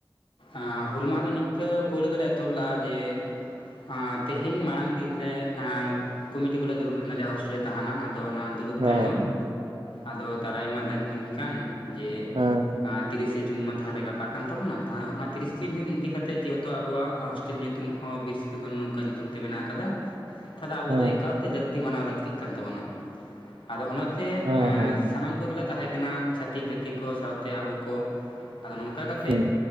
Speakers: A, on the left; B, on the right.
A: ᱟᱸᱻ ᱦᱩᱞ ᱢᱟᱦᱟ ᱫᱚ ᱱᱤᱝᱠᱟᱹ ᱯᱳᱭᱞᱳ ᱫᱚᱞᱮ ᱮᱛᱚᱦᱚᱵ ᱞᱮᱜ-ᱟ ᱡᱮ ᱟᱸᱻ ᱛᱮᱦᱮᱧ ᱢᱟᱲᱟᱝ ᱫᱤᱱ ᱨᱮ ᱟᱸᱻ ᱠᱚᱢᱤᱴᱤ ᱠᱚᱞᱮ ᱫᱩᱲᱩᱵ ᱞᱮᱱᱟ ᱡᱟᱦᱟᱸ ᱦᱳᱥᱴᱮᱹᱞ ᱨᱮ ᱛᱟᱦᱮᱱᱟ ᱟᱫᱚ ᱚᱱᱟ ᱫᱩᱲᱩᱵ
B: ᱦᱮᱸ
A: ᱛᱟᱭᱱᱚᱢ ᱟᱫᱚ ᱫᱟᱨᱟᱭ ᱢᱟ ᱫᱟᱱ ᱫᱤᱱ ᱠᱟᱱ ᱡᱮ
B: ᱦᱮᱸ
A: ᱛᱤᱨᱤᱥᱮ ᱡᱩᱱ ᱢᱟ ᱛᱟᱦᱚᱞᱮ ᱜᱟᱯᱟ ᱠᱟᱱ ᱛᱟᱵᱚᱱᱟ᱾ ᱛᱟᱦᱞᱮ ᱦᱚᱜ ᱚᱱᱟ ᱛᱤᱨᱤᱥ ᱛᱤᱱ ᱫᱤᱱ ᱤᱫᱤ ᱠᱟ ᱠᱟᱛᱮᱜ ᱡᱮᱦᱮᱛᱩ ᱟᱵᱚᱣᱟᱜ ᱦᱳᱥᱴᱮᱹᱞ ᱧᱩᱛᱩᱢ ᱦᱚᱸ ᱵᱤᱨ ᱥᱤᱫᱩ ᱠᱟᱹᱱᱩ ᱱᱚᱝᱠᱟ ᱧᱩᱛᱩᱢ ᱛᱮ ᱢᱮᱱᱟᱜ ᱟᱠᱟᱫᱟ᱾ ᱛᱟᱦᱚᱞᱮ ᱟᱵᱚ
B: ᱦᱮᱸ
A: ᱫᱚ ᱮᱠᱟᱞᱛᱮ ᱞᱟᱹᱠᱛᱤ ᱢᱟᱱᱟᱣ ᱞᱟᱹᱠᱛᱤᱜ ᱠᱟᱱ ᱛᱟᱵᱚᱱᱟ᱾ ᱟᱫᱚ ᱚᱱᱟᱛᱮ
B: ᱦᱮᱸ ᱦᱮᱸ ᱦᱮᱸ
A: ᱥᱟᱱᱟᱢ ᱠᱚᱜᱮᱞᱮ ᱛᱟᱦᱮᱸ ᱠᱟᱱᱟᱱᱟ ᱪᱷᱟᱹᱛᱤᱠ ᱡᱟᱹᱛᱤ ᱠᱚ ᱥᱟᱶᱛᱮ ᱟᱵᱚ ᱠᱚ ᱟᱫᱚ ᱱᱚᱝᱠᱟ ᱠᱟ ᱠᱟᱛᱮᱫ
B: ᱦᱩᱸ,